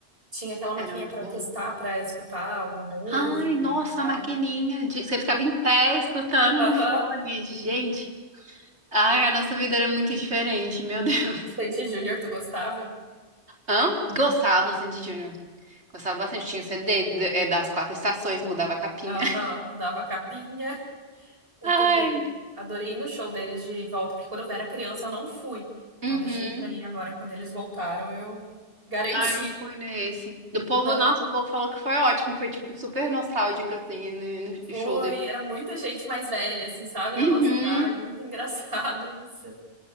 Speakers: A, on the right (about 55°); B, on the right (about 75°).
A: Tinha aquela maquininha
B: Era muito
A: pra
B: bom.
A: testar, pra escutar alguma música
B: Ai, nossa,
A: e tal.
B: a maquininha. de- Você ficava em pé escutando
A: Aham.
B: no fone. Gente, ai, a nossa vida era muito diferente, meu <laughs> Deus.
A: Sandy Júnior, tu gostava?
B: Hã? Gostava, Sandy Júnior. Gostava bastante. Tinha o CD d- d- é, das quatro estações, mudava a capinha.
A: Aham.
B: <laughs>
A: Mudava a capinha. Eu
B: Ai,
A: também. Adorei ir no show deles de volta, porque quando eu era criança eu não fui. Então
B: uhum.
A: deixei pra ir agora quando eles voltaram, eu garanti.
B: Ai, não fui nesse. Do povo,
A: Não,
B: nossa, o povo falou que foi ótimo. Foi, tipo, super nostálgico, assim, no, no
A: foi.
B: show dele.
A: Era muita gente mais velha, assim, sabe, da
B: Uhum.
A: nossa idade. Muito <laughs> engraçado isso.